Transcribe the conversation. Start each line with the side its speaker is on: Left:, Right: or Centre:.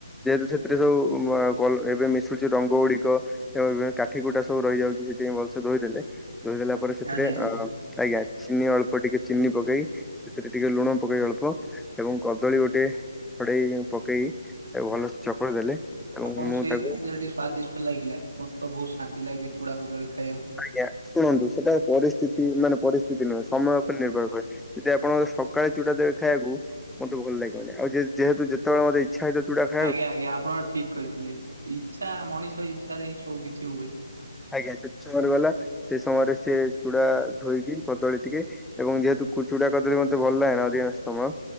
Centre: ଯେହେତୁ ସେଥିରେ ସବୁ <unintelligible> ଏବେ ମିଶୁଛି ରଙ୍ଗ ଗୁଡିକ। ଏବଂ କାଠି କୁଟା ସବୁ ରହିଯାଉଛି ସେଠି ଭଲସେ ଧୋଇ ଦେଲେ ଧୋଇଦେଲା ପରେ ସେଥିରେ
Right: ଆଜ୍ଞା ଆଜ୍ଞା।
Centre: ଆ- ଆ -ଅ ଆଜ୍ଞା ଚିନି ଅଳ୍ପ ଟିକେ ଚିନି ପକେଇ ସେଥିରେ ଟିକେ ଲୁଣ ପକେଇ ଅଳ୍ପ ଏବଂ କଦଳୀ ଗୋଟେ ଛଡେଇ ପକେଇ ତାକୁ ଭଲସେ ଚକୁଡି ଦେଲେ ଏବଂ
Right: ଆପଣଙ୍କୁ
Centre: ମୁଁ
Right: ସେଇ
Centre: ତାକୁ
Right: ଖାଦ୍ୟଟି ସ୍ଵାଦିଷ୍ଟ ଲାଗିଲା ମତ ବୋହୁତ୍ ଶାନ୍ତି ଲାଗେ ଚୂଡ଼ା କଦଳୀ ଖାଇବାକୁ।
Centre: ଆଜ୍ଞା ଶୁଣନ୍ତୁ ସେଟା ପରିସ୍ଥିତି ନା- ନା ପରିସ୍ଥିତି ନୁହେଁ, ସମୟ ଉପରେ ନିର୍ଭର କରେ। ଯଦି ଆପଣଙ୍କ ସକାଳେ ଚୁଡ଼ା ଦେବେ ଖାଇବାକୁ ମୋତେ ଭଲ୍ ଲାଗିବନି ଆଉ ଯେ- ଯେହେତୁ ଯେତେବେଳେ ମତେ <unintelligible>
Right: ଆଜ୍ଞା- ଆଜ୍ଞା ଆପଣ ଠିକ୍ କହିଥିଲେ ଇଚ୍ଛା ମଣିଷ ଇଚ୍ଛାରେ ହିଁ ସବୁ କିିଛି ହୁଏ।
Centre: ଆଜ୍ଞା ସେତ ସମୟରେ ଗଲା, ଏ ସମୟରେ ସେ ଚୁଡା ଧୋଇକି କଦଳୀ ଟିକେ ଏବଂ ଯେହେତୁ କୁଚୁଡା କଦଳୀ ମତେ ଭଲ୍ ଲାଗେନା ଅଧିକାଂଶ ସମୟ।